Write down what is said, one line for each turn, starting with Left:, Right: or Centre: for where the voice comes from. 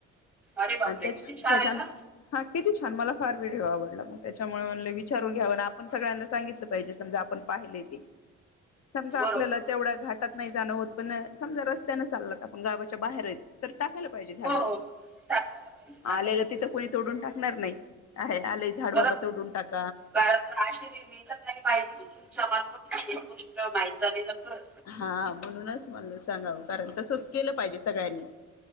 Centre: अरे बापरे
Left: अन त्याच्या,
Centre: किती छान
Left: त्याच्यान
Centre: आहे ना
Left: हा. किती छान. मला फार व्हिडिओ आवडला. मग त्याच्यामुळे म्हणले - विचारून घ्याव ना? आपण सगळ्यांना सांगितलं पाहिजे. समजा आपण पाहिलेय ते. समजा
Centre: बरोबर
Left: आपल्याला
Centre: बरोबर
Left: तेवढ्या
Centre: बरोबर
Left: घाटात नाही जाणं होत. पण समजा रस्त्यान चाललात आपण गावाच्या बाहेरएत. तर टाकायला पाहिजे झाड.
Centre: हो हो टाकायला पाहिजे टाकायला
Left: आलेलं
Centre: पाहिजे
Left: तिथं कोणी- तोडून टाकणार नाही. आहे आलय झाड
Centre: खरंच
Left: बाबा तोडून टाक.
Centre: <unintelligible> मी तर नाही पाहिली. तुमच्या मार्फत गोष्ट माहीत झालेलं खरं.
Left: हा. म्हणूनच म्हणलं सांगाव. कारण तसंच केलं पाहिजे सगळ्यांनी.